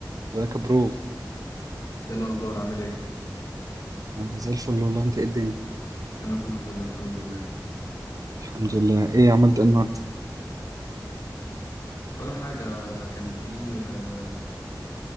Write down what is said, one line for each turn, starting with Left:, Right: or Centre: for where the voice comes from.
Right: ازيك يا برو
Left: ايه الاخبار عامل ايه
Right: انا زي الفل والله انت ايه الدنيا
Left: انا كله فل الحمد لله
Right: الحمد لله ايه عملت ايه النهارده
Left: ولا حاجه كان في آه،